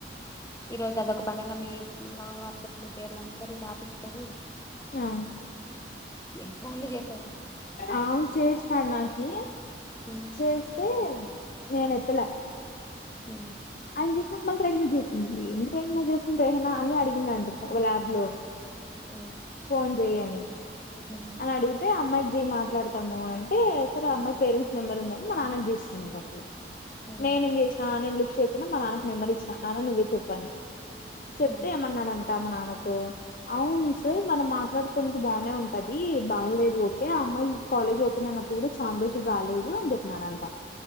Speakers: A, on the left (about 15°); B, on the left (about 50°).
A: ఈ రోజు అదొక పనంగా మీ లాంగ్ ఆప్సెంట్ మీ పేర్లందరియి రాపిచ్చుకొని
B: ఆ
A: నీకు ఫోన్ లు చేస్
B: అవును చేసినడు నాకి
A: ఉమ్,
B: చేస్తే అబ్ నేను ఎత్తలే
A: ఊ
B: ఆయన చేసినా మమ్మల్ ట్రేహణ చేసింది ఎ ర్రేనా చేసింది ర్రహణ అని అడిగింది అంట ల్యాబ్ లో
A: ఉమ్,
B: ఫోన్ చెయ అని
A: ఉమ్,
B: అడిగితే ఆ అమ్మాయికి జి మాట్లాడతము అంటే సరే అమ్మాయి పేరెంట్స్ మెంబర్ ఉందని మా నాన్నకు చేసిండంట అతను
A: ఉమ్,
B: నేనేం చేసినా నేను లిఫ్ట్ చేకున్నా మా నాన్నకు నెంబర్ ఇచ్చిన నాన్న నువ్వే నువ్ ఇట్ల ఒత్తని చెప్తే
A: ఉమ్,
B: ఏమన్నాడంటా మా నాన్నకు అవును సార్ మనం మాట్లాడుకునేకి బానే ఉం అది బాగలేదు ఓకే ఆ అమ్మాయి కాలేజ్ ఓపెన్ అయినప్పుడు కూడా చాన్ రోజులు రాలేదు అని చెప్పినడ అంట